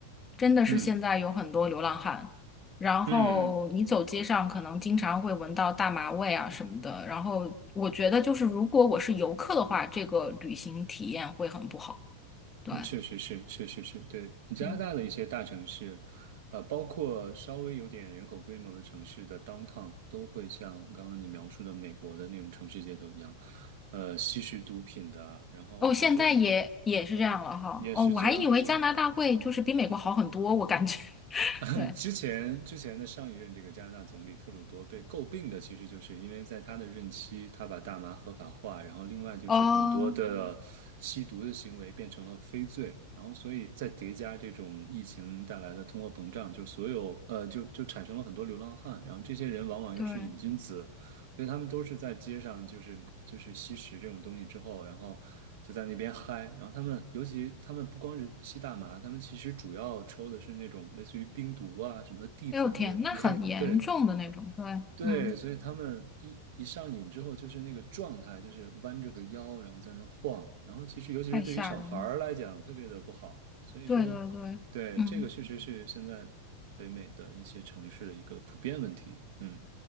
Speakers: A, on the left; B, on the right.
A: 真的是现在有很多流浪汉。
B: 嗯
A: 然后你走街上可能经常会闻到大麻味啊什么的。
B: 嗯
A: 然后我觉得就是如果我是游客的话，这个旅行体验会很不好。对，
B: 嗯，确实是，确实是，对，加拿大的一些大城市，
A: 嗯，
B: 呃，包括稍微有点人口规模的城市的 downtown，都会像刚刚你描述的美国的那种城市街头一样，呃，吸食毒品的啊然后我觉得
A: 哦，现在也也是这样了哈。
B: 也是这样，
A: 哦，我还以为加拿大会就是比美国好很多，
B: 就。
A: 我感觉。<laughs>
B: <laughs>
A: 对，
B: 之前之前的上一任这个加拿大总理特鲁多被诟病的，其实就是因为在他的任期，他把大麻合法化，然后另外就是很多的吸毒的行为变成了非罪，
A: 哦，
B: 然后所以再叠加这种疫情带来的通货膨胀，就所有呃就就产生了很多流浪汉，然后这些人往往又是瘾君子，
A: 对，
B: 所以他们都是在街上，就是就是吸食这种东西之后，然后就在那边嗨。然后他们，尤其他们不光是吸大麻，他们其实主要抽的是那种类似于冰毒啊、什么地粉那种
A: 哎呦天，那很严重的那种。
B: K。对
A: 对，
B: 对，
A: 嗯，
B: 所以他们一一上瘾之后，就是那个状态，就是弯着个腰，然后在那儿晃。然后其实，尤其是对于小孩儿来讲，
A: 太吓人了。
B: 特别的不好。所以说，
A: 对对对，
B: 对，
A: 嗯。
B: 这个确实是现在北美的一些城市的一个普遍问题。嗯，